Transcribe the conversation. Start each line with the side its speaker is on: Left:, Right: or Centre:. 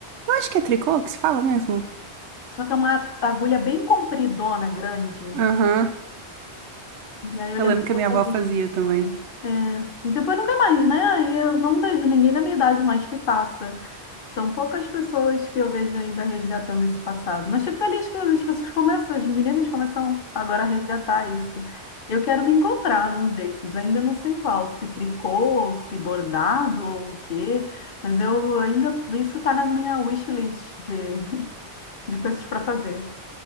Right: Eu acho que é tricô que se fala mesmo.
Left: Só que é uma agulha bem compridona, grande.
Right: Aham.
Left: E aí eu
Right: Eu
Left: lembro
Right: lembro
Left: que
Right: que
Left: ela
Right: a minha
Left: fazia
Right: avó fazia
Left: isso ultimamente.
Right: também.
Left: É, e depois nunca mais, né? Aí eu não vejo ninguém da minha idade mais que faça. São poucas pessoas que eu vejo ainda resgatando esse passado. Mas fico feliz que as pessoas começam, as meninas começam agora a resgatar isso. Eu quero me encontrar num desses, ainda não sei qual, se tricô, ou se bordado ou o quê, mas eu ainda, isso tá na minha wishlist de, <laughs> de coisas para fazer.